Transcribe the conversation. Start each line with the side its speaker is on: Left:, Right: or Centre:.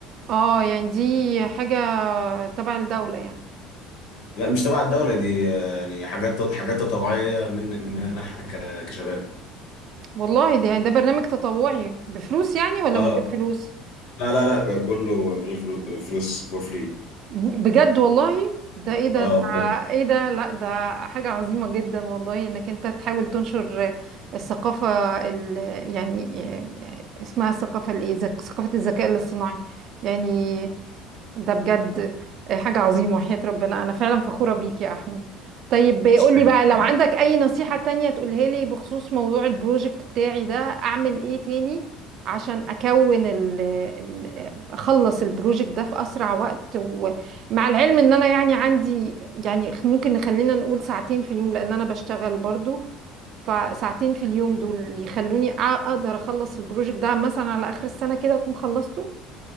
Right: اه يعني دي حاجة تبع الدولة يعني
Left: لا مش تبع الدوله دي آه، يعني حاجات حاجات تطوعيه من مننا احنا ك- كشباب
Right: والله ده يعني ده برنامج تطوعي بفلوس يعني ولا
Left: اه
Right: من غير فلوس
Left: لا لا لا كله من غير فلو- فلوس فور فري
Right: بجد والله ده ايه ده
Left: اه
Right: ده
Left: بجد
Right: ايه ده لا ده حاجة عظيمة جدا والله انك انت تحاول تنشر الثقافة ال يعني يعني اسمها الثقافة الايه ذك- ثقافة الذكاء الاصطناعي يعني ده بجد حاجة عظيمة وحياة ربنا انا فعلا فخورة بيك يا احمد طيب
Left: مش
Right: قول
Left: حاجة.
Right: لي بقى لو عندك اي نصيحة تانية تقولها لي بخصوص موضوع البروجكت بتاعي ده اعمل ايه تاني عشان اكون ال ال اخلص البروجكت ده في اسرع وقت مع العلم ان انا يعني عندي يعني ممكن نخلينا نقول ساعتين في اليوم لان انا بشتغل برضو فساعتين في اليوم دول اللي يخلوني أ- اقدر اخلص البروجكت ده مثلا على اخر السنة كده اكون خلصته